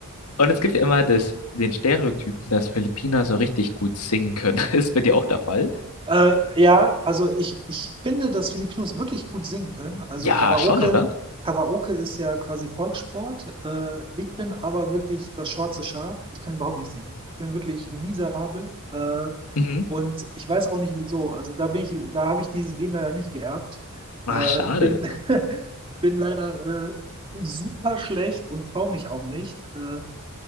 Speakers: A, on the left (about 85°); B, on the right (about 25°).
A: Und es gibt ja immer das, den Stereotyp, dass Philippiner so richtig gut singen können. <laughs> Ist bei dir auch der Fall?
B: Äh, ja, also ich, ich finde, dass Filipinos wirklich gut singen können. Also
A: Ja,
B: Karaoke,
A: schon, oder?
B: Karaoke ist ja quasi Volkssport. Äh, ich bin aber wirklich das schwarze Schaf. Ich kann überhaupt nicht singen. Ich bin wirklich miserabel. Äh,
A: Mhm.
B: und ich weiß auch nicht wieso. Also da bin ich, da habe ich dieses Gen leider nicht geerbt. Äh,
A: Ach, schade.
B: bin, <laughs> bin leider äh, super schlecht und traue mich auch nicht. Äh,